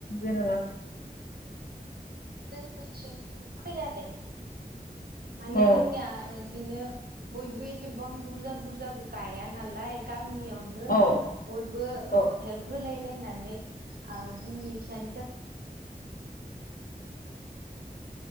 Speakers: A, on the left; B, on the right.
A: जेनेबा
B: जोंनिथिं फैया दे माने
A: औ
B: जोंनिया बिदिनो बयबो एसेबां बुरजा बुरजाबो गाया नालाय गा गामियाव नो
A: औ
B: बयबो
A: औ
B: अह हेल्प होलाय लायना नै ओ दिनि बिसानि गा